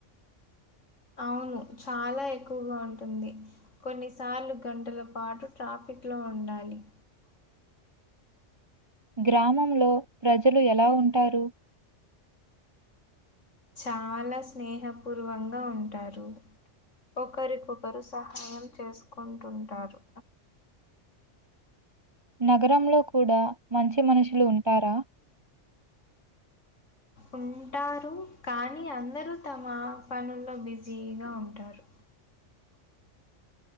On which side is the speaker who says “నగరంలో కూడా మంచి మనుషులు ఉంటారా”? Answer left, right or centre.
Right